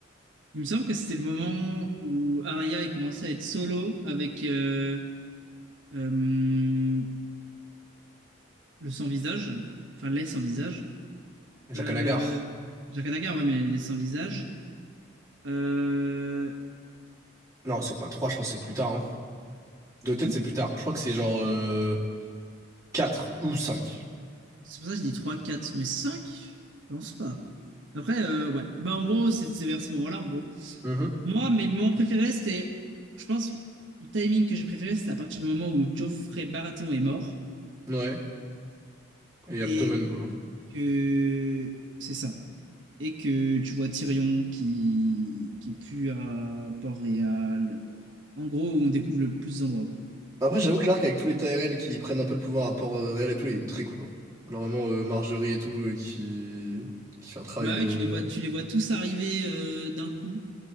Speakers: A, on the right (about 65°); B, on the right (about 15°).
A: Il me semble que c'était le moment où Arya est commencé à être solo avec euh, euh, le sans-visage. Enfin, les sans-visage. Euh,
B: Jaqen H'ghar.
A: Jaqen H'ghar, ouais, mais les sans-visage. Euh,
B: Non, c'est pas 3, je pense que c'est plus tard. Hein. De
A: Ah
B: tête,
A: ouais?
B: c'est plus tard. Je crois que c'est genre euh, quatre 4 ou 5.
A: C'est pour ça que je dis trois quatre mais cinq Je pense pas. Après, euh, ouais. Bah, en gros, c'est c'est vers ce moment-là, en gros.
B: Mhm.
A: Moi, mes moments préférés, c'était. Je pense, le timing que j'ai préféré, c'était à partir du moment où Geoffrey Baratheon est mort.
B: Ouais, et
A: Et
B: Abtomen quoi.
A: que. C'est ça. Et que tu vois Tyrion qui, qui est plus à Port-Réal. euh, En gros, on découvre le plus d'endroits, quoi.
B: Après, j'avoue que l'arc avec tous les Tyrell qui prennent un peu le pouvoir à Port-Réal et tout, il est très cool. hein. Genre vraiment euh, Marjorie et tout, euh, qui... qui fait un travail.
A: Bah
B: euh,
A: oui, tu les vois, tu les vois tous arriver euh, d'un coup.